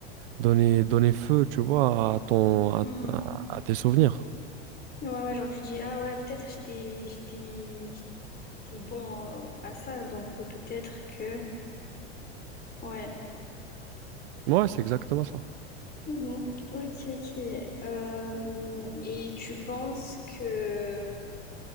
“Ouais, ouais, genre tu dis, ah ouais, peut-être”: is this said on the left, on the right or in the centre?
Left